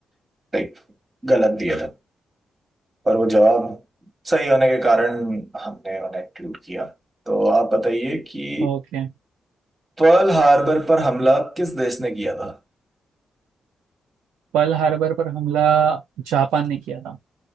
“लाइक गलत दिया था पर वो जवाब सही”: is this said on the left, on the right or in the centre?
Right